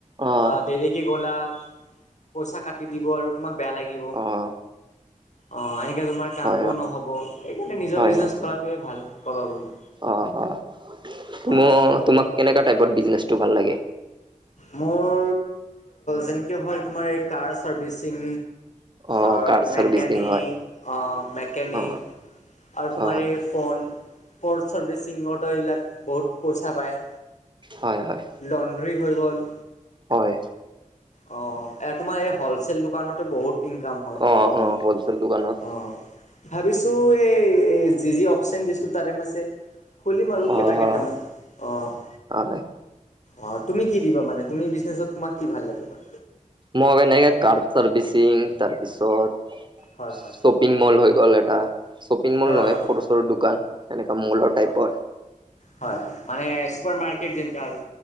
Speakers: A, on the right; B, on the left.
A: অ',
B: আ। দেৰিকে গ'লা, পইচা কাটি দিব আৰু তোমাক বেয়া লাগি। থাকিব
A: অ',
B: অ', এনেকে তোমাৰ কামটোও
A: হয়, হয়।
B: নহ'ব সেইকাৰণে নিজৰ
A: হয়,
B: বিজনেছ
A: হয়, হয়।
B: কৰাত। টোৱে ভাল ক'বা গ'লে।
A: অ', অ'মো
B: অ
A: তোমাক কেনেকা টাইপৰ বিজনেচটো ভাল লাগে।
B: মোৰ যেনেকে হ'ল তোমাৰ এই কাৰ চাৰ্ভিচিং।
A: অ',
B: আৰ
A: কাৰ চাৰ্ভিচিং
B: মেকেনিক,
A: হয়,
B: অ', মেকেনিক
A: অ',
B: আৰু তোমাৰ
A: অ',
B: এই। ফোন, পৰ্ট চাৰ্ভিচিঙতটো এইবিলাক বহুত পইচা পায়।
A: হয় হয়।
B: লণ্ড্ৰি হৈ গ'ল।
A: হয়।
B: অঁ' এ, তোমাৰ এই হলচেল দোকানতো বহুত- ইনকাম হয়
A: অ',
B: ক'ব গলে।
A: অ', হ'লচেল দোকানত
B: অঁ' ভাবিছো এই যি‌ যি অপচেন দিছো তাৰে মাজে- খুলিম আৰু কেইটা
A: অ',
B: কেইটামান, অঁ'।
A: হয়,
B: অঁ, তুমি কি দিবা মানে তুমি বিজনেছত তোমাক কি ভাল লাগে মানে?
A: মোক এনেকে কাৰ চাৰ্ভিচিং, তাৰপিছত
B: হয়
A: ছপ-
B: হয়
A: পিং মল হৈ গ'ল এটা। শ্বপিং মল
B: হয়
A: নহয়
B: হয়
A: সৰু-চৰু দোকান এনেকা মলৰ টাইপৰ।
B: হয়-হয়, মানে চুপাৰ মাৰ্কেট যেনেকা আৰু।